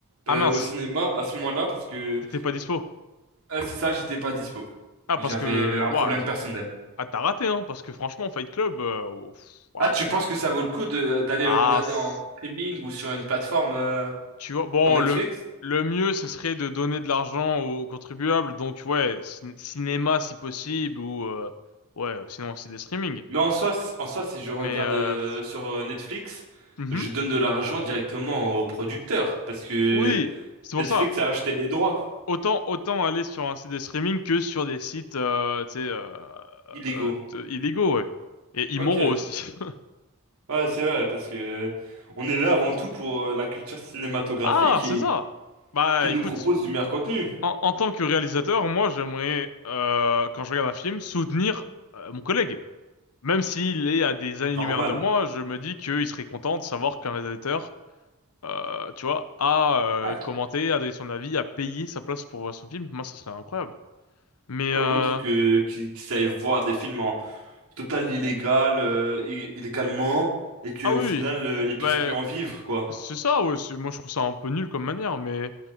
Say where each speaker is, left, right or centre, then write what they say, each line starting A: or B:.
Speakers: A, on the left (about 80°); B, on the right (about 70°).
A: Ah
B: euh,
A: mince,
B: au cinéma à ce moment-là parce que...
A: t'étais pas dispo.
B: Euh, c'est ça, j'étais pas dispo.
A: Ah,
B: J'avais
A: parce que,
B: euh, un
A: waouh,
B: problème personnel.
A: ah, t'as raté, hein, parce que franchement, Fight Club, euh, oh, pff, waouh.
B: Ah, tu penses que ça vaut le coup de d'aller
A: Ah,
B: le regarder
A: c-
B: en streaming ou sur une plateforme euh,
A: tu vois, bon,
B: comme Netflix?
A: le, le mieux, ce serait de donner de l'argent aux contribuables, donc ouais, cin- cinéma si possible, ou, euh, ouais, sinon aussi des streamings.
B: Mais en soi, si- en soi, si je
A: Mais,
B: regarde
A: euh,
B: euh,
A: pff,
B: sur euh, Netflix,
A: mhm.
B: je donne de l'argent directement au producteur parce que
A: oui, c'est pour
B: Netflix
A: ça.
B: a acheté les droits
A: Autant, autant aller sur un site de streaming que sur des sites euh, tu sais, euh,
B: illégaux.
A: euh, de- illégaux, ouais. Et immoraux
B: Ok.
A: aussi. <laughs>
B: Ouais, c'est vrai parce que on est là avant tout pour euh, la culture cinématographique
A: Ah, c'est
B: et
A: ça. Bah
B: qui nous
A: écoute,
B: propose du meilleur contenu.
A: en, en tant que réalisateur, moi j'aimerais, euh, quand je regarde un film, soutenir euh, mon collègue. Même s'il est à des années-lumière
B: Normal.
A: de moi, je me dis qu'il serait content de savoir qu'un réalisateur, euh, tu vois, a euh,
B: Ouais.
A: commenté, a donné son avis, a payé sa place pour voir son film. Moi, ça serait incroyable. Mais,
B: Ouais,
A: euh,
B: Autre que qu'ils savent voir des films en total illégal, euh, i- illégalement, et qu'au
A: ah oui,
B: final,
A: oui.
B: euh, ils puissent
A: bah,
B: plus en vivre, quoi.
A: C'est ça, ouais. c'est- Moi, je trouve ça un peu nul comme manière, mais